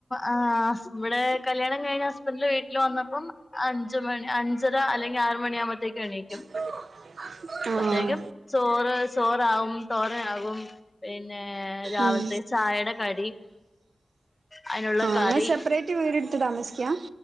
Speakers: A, on the left; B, on the right.
A: ആഹ് ഇവിടെ കല്യാണം കഴിഞ്ഞ് ഹസ്ബന്റിന്റെ വീട്ടില് വന്നപ്പം അഞ്ച് മണി അഞ്ച് ഞ്ചര അല്ലെങ്കി ആറ് മണിയാകുമ്പൊഴത്തേക്ക് എണീക്കും
B: <inaudible> ആഹ്
A: പ്പഴ്ത്തേക്കും ചോറ് ചോറാവും തോരനാകും പിന്നെ രാവിൽത്തെ
B: ഉം
A: ചായയുടെ കടി അതിനുള്ള കറി
B: ആങ്ങള് സെപ്പറേറ്റ് വീടുട്ത്ത് താമസിക്കാ